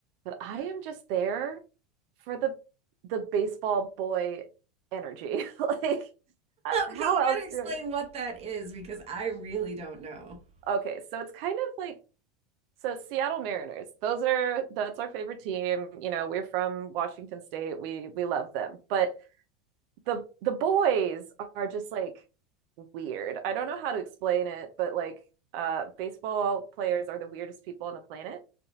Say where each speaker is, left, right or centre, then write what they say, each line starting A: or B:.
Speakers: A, on the right; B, on the right.
A: but I am just there for the the baseball boy energy. <laughs> Like, uh, how
B: Okay, you
A: else
B: gotta explain
A: do
B: what that is because I really don't know. <laughs>
A: I... Okay, so it's kind of like So Seattle Mariners, those are that's our favorite team. You know, we're from Washington State. We we love them. But the the boys are just like weird. I don't know how to explain it, but like uh baseball players are the weirdest people on the planet.